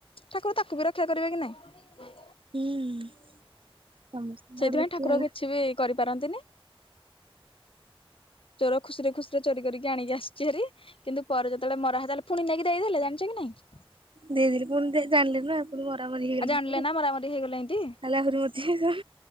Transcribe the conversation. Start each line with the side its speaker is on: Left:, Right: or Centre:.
Left: ଠାକୁର ତାକୁ ବି ରକ୍ଷା କରିବେ କି ନାହିଁ?
Right: ହୁଁ। ସମସ୍ତଙ୍କ
Left: ସେଥିପାଇଁ
Right: ଆଡୁ ଦେଖିଲା
Left: ଠାକୁର
Right: ବେଳକୁ
Left: କିଛି ବି କରିପାରନ୍ତିନି। ଚୋର ଖୁସିରେ ଖୁସିରେ ଚୋରି କରିକି ଆଣିକି ଆସିଛି ହେରି କିନ୍ତୁ ପରେ ଯେତେବେଳେ ମରା ହେ ତା ଫୁଣି ନେଇକି ଦେଇଦେଲେ ଜାଣିଛ କି ନାହିଁ?
Right: ଦେଇଦେଲିି ପୁଣି ଜାଣିଲି ନା ଆ ପୁଣି ମରାମରି ହେଇଗଲିଣିି
Left: ଆଉ ଜାଣିଲେ
Right: ସବୁ
Left: ନା
Right: ତାହଲେ
Left: ମରାମରି ହେଇଗଲେ ଏମିତି
Right: ଆହୁରି ମତେ ହେଇ କଣ?